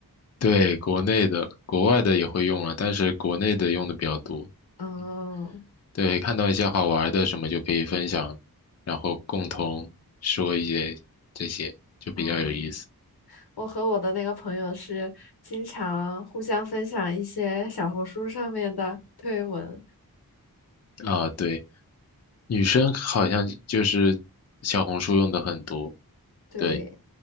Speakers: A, on the left (about 45°); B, on the left (about 85°).
A: 对，国内的、国外的也会用了，但是国内的用的比较多。
B: 哦
A: 嗯对，看到一些好玩的什么就可以分享，然后共同说一些这些，就比较有意思
B: 哦，我和我的那个朋友是经常互相分享一些小红书上面的推文，
A: 啊。对，女生好像就是小红书用的很多。
B: 对，
A: 对